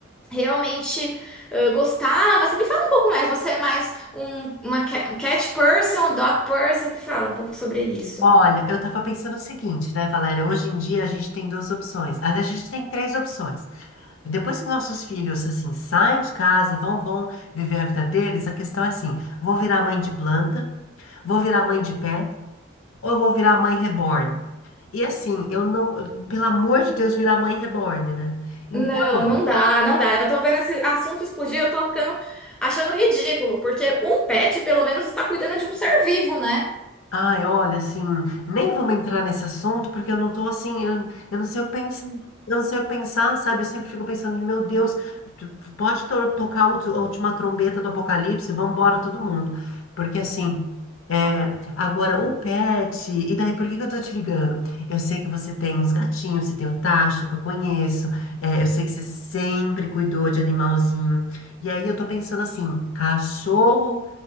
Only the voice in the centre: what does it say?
realmente eh, gostava? Você me fala um pouco mais. Você é mais um, uma ca- cat person, dog person? Me fala um pouco sobre isso.
Não, não dá, não dá. Eu tô vendo esse assunto explodir, eu tô ficando achando ridículo, porque um pet pelo menos está cuidando de um ser vivo, né?